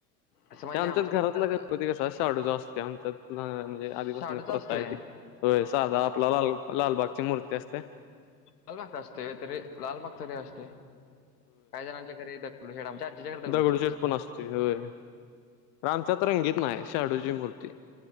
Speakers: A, on the left; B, on the left.
A: असं म्हणजे
B: आमच्यात
A: आमचं पण
B: घरातला
A: त-
B: गणपती कस शाडूचा असतोय. आमच्यात म्हणजे
A: शाडूच
B: आधीपासून प्रथा
A: असतोय
B: आहे ती. होय साधा आपला लाल लालबागची मूर्ती असत्याय.
A: लालबाग असते तरी लालबाग तरी असते काही जणांच्या घरी <unintelligible>
B: दगडू शेठ
A: असते
B: पण असतोय. होय खरं आमच्यात रंगीत नाही शाडूची मूर्ती